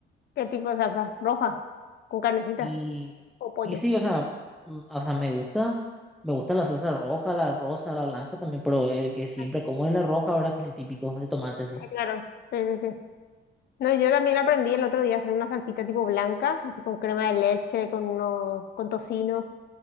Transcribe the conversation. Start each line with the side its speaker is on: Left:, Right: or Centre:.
Left: ¿qué tipo de salsa? ¿Roja? ¿Con carnecita?
Centre: Y,
Left: ¿O pollo?
Centre: y sí, o sea, mm, o sea, me gusta, me gusta la salsa roja, la rosa, la blanca también, pero el que siempre
Left: Ah,
Centre: como es la roja, ahora que es el típico de tomate, sí.
Left: sí, claro. Sí, sí, sí. No, yo también aprendí el otro día a hacer una salsita tipo blanca, así con crema de leche, con, uno- con tocino.